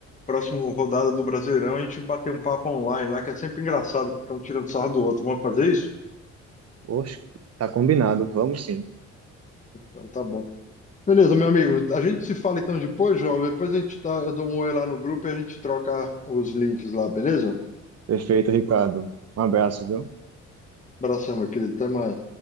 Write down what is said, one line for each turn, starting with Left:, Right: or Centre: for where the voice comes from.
Left: próxima rodada do Brasileirão, a gente bater um papo online lá, que é sempre engraçado, ficar um tirando sarro do outro. Vamos fazer isso?
Right: Oxe, tá combinado, vamos sim.
Left: Então tá bom. Beleza, meu amigo. A gente se fala então depois, João. Depois a gente tá, eu dou um oi lá no grupo e a gente troca os links lá, beleza?
Right: Perfeito, Ricardo. Um abraço, viu?
Left: Abração, meu querido. Até mais.